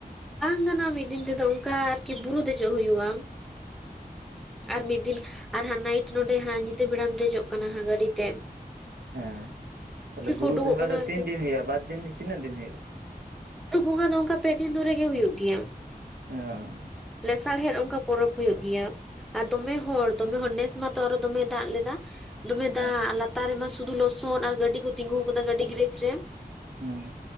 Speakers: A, in the centre; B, on the right.
A: ᱵᱟᱝ ᱜᱟᱱᱚᱜᱼᱟ ᱢᱤᱫ ᱫᱤᱱ ᱛᱮᱫᱚ ᱚᱱᱠᱟ ᱟᱨᱠᱤ ᱵᱩᱨᱩ ᱫᱮᱡᱚᱜ ᱦᱩᱭᱩᱜᱼᱟ᱾ ᱟᱨ ᱢᱤᱫ ᱫᱤᱱ ᱟᱨ ᱦᱟᱸᱜ ᱱᱟᱭᱤᱴ ᱱᱚᱰᱮ ᱦᱟᱸᱜ ᱧᱤᱫᱟᱹ ᱵᱮᱲᱟᱢ ᱫᱮᱡᱚᱜ ᱠᱟᱱᱟ ᱦᱟᱸᱜ ᱜᱟᱹᱰᱤ ᱛᱮ᱾
B: ᱦᱮᱸ ᱛᱟᱦᱚᱞᱮ
A: ᱛᱤᱨᱮᱠᱚ
B: ᱵᱩᱨᱩ
A: ᱩᱰᱩᱠᱚᱜ
B: ᱵᱚᱸᱜᱟ
A: ᱠᱟᱱᱟ
B: ᱫᱚ
A: ᱟᱨᱠᱤ
B: ᱛᱤᱱ ᱫᱤᱱ ᱦᱩᱭᱩᱜᱼᱟ ᱵᱟᱨ ᱫᱤᱱ ᱛᱤᱱᱟᱹᱜ ᱫᱤᱱ ᱦᱩᱭᱩᱜᱼᱟ?
A: ᱵᱩᱨᱩ ᱵᱚᱸᱜᱟ ᱫᱚ ᱚᱱᱠᱟ ᱯᱮ ᱫᱤᱱ ᱫᱷᱚᱨᱮ ᱜᱮ ᱦᱩᱭᱩᱜ ᱜᱮᱭᱟ᱾
B: <unintelligible>
A: ᱞᱮᱥᱟᱲᱦᱮᱫ ᱚᱱᱠᱟ ᱯᱚᱨᱚᱵᱽ ᱦᱩᱭᱩᱜ ᱜᱮᱭᱟ᱾ ᱟᱨ ᱫᱚᱢᱮ ᱦᱚᱲ ᱫᱚᱢᱮ ᱦᱚᱲ ᱱᱮᱥ ᱢᱟᱛᱚ ᱟᱨᱚ ᱫᱚᱢᱮᱭ ᱫᱟᱜ ᱞᱮᱫᱟ᱾ ᱫᱚᱢᱮ
B: ᱦᱮᱸ
A: ᱫᱟᱜ ᱟᱨ ᱞᱟᱛᱟᱨ ᱨᱮᱢᱟ ᱥᱩᱫᱩ ᱞᱚᱥᱚᱫ ᱟᱨ ᱜᱟᱹᱰᱤ ᱠᱚ ᱛᱤᱸᱜᱩ ᱟᱠᱟᱫᱟ ᱜᱟᱹᱰᱤ ᱜᱮᱨᱮᱡ ᱨᱮ᱾
B: ᱦᱩᱸ᱾